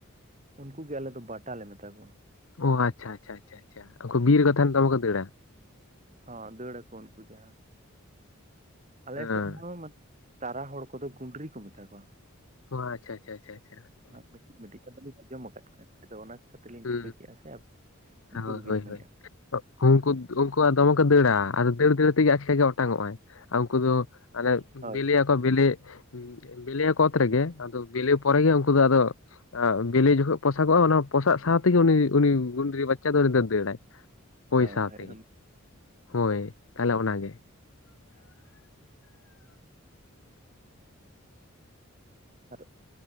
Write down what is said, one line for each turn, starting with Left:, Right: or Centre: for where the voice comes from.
Right: ᱩᱱᱠᱩ ᱜᱮ ᱟᱞᱮ ᱫᱚ ᱵᱟᱴᱟᱞ ᱞᱮ ᱢᱮᱛᱟ ᱠᱚᱣᱟ᱾
Left: ᱚ ᱟᱪᱪᱷᱟ, ᱟᱪᱪᱷᱟ, ᱟᱪᱪᱷᱟ, ᱟᱪᱪᱷᱟ, ᱵᱤᱨ ᱨᱮ ᱠᱚ ᱛᱟᱦᱮᱸᱱᱟ ᱫᱚᱢᱮ ᱠᱚ ᱫᱟᱹᱲᱟ᱾
Right: ᱦᱚᱸ ᱫᱟᱹᱲ ᱟᱠᱚ ᱩᱱᱠᱩ ᱫᱚᱦᱟᱜ ᱟᱞᱮ
Left: ᱦᱮᱸ
Right: ᱥᱮᱫ ᱦᱚᱸᱢᱟᱱᱮ ᱛᱟᱨᱟ ᱦᱚᱲ ᱠᱚᱫᱚ ᱜᱩᱰᱨᱤ ᱠᱚ ᱢᱮᱛᱟ ᱠᱚᱣᱟ᱾
Left: ᱚ ᱟᱪᱪᱷᱟ ᱟᱪᱪᱷᱟ ᱟᱪᱪᱷᱟ ᱾
Right: ᱦᱚᱸ ᱢᱤᱴᱤᱡ ᱢᱤᱴᱤᱡ ᱠᱟᱛᱷᱟ ᱞᱤᱧ ᱟᱡᱚᱢ ᱟᱠᱟᱫᱟ ᱟᱫᱚ ᱚᱱᱟ ᱠᱷᱟᱹᱛᱤᱨ ᱞᱤᱧ
Left: ᱦᱩᱸ
Right: ᱴᱷᱤᱠᱟᱹ
Left: ᱦᱩᱸ
Right: ᱠᱮᱫᱼᱟ ᱥᱮ ᱩᱱᱠᱩ
Left: ᱦᱳᱭ
Right: ᱜᱮᱵᱤᱱ
Left: ᱦᱳᱭ
Right: ᱢᱮᱱᱮᱫᱼᱟ᱾
Left: ᱦᱳᱭ ᱩᱱᱠᱩ ᱩᱱᱠᱩᱣᱟᱜ ᱫᱚᱢᱮ ᱠᱚ ᱫᱟᱹᱲᱟ ᱟᱫᱚ ᱫᱟᱹᱲ ᱫᱟᱹᱲ ᱛᱮᱜᱮ ᱟᱪᱠᱟ ᱜᱮ ᱚᱴᱟᱝ ᱚᱜ ᱟᱭ ᱟᱨ ᱩᱱᱠᱩ ᱫᱚ ᱟᱱᱮ
Right: ᱦᱳᱭ
Left: ᱵᱤᱞᱤ ᱟᱠᱚ ᱵᱤᱞᱤᱼᱼ ᱵᱤᱞᱤᱭᱟᱠᱚ ᱚᱛ ᱨᱮᱜᱮ ᱟᱫᱚ ᱵᱤᱞᱤ ᱯᱚᱨᱮᱜᱮ ᱩᱱᱠᱩ ᱫᱚ ᱟᱫᱚ, ᱵᱤᱞᱤ ᱡᱚᱠᱷᱚᱱ ᱯᱚᱥᱟᱜᱚᱜᱼᱟ ᱚᱱᱟᱼᱼ ᱯᱚᱥᱟᱜ ᱥᱟᱶᱛᱮᱜᱮ ᱩᱱᱤ-ᱩᱱᱤ ᱜᱩᱸᱰᱨᱤ ᱵᱟᱪᱟ ᱫᱚ ᱩᱱᱤ ᱫᱚ ᱫᱟᱹᱲᱟᱭ ᱦᱩᱭ
Right: ᱦᱳᱭ
Left: ᱥᱟᱶᱛᱮᱜᱮ᱾
Right: ᱦᱳᱭ ᱩᱱᱠᱩ
Left: ᱦᱳᱭ ᱛᱟᱦᱚᱞᱮ ᱚᱱᱟᱜ ᱜᱮ᱾
Right: ᱟᱨ᱾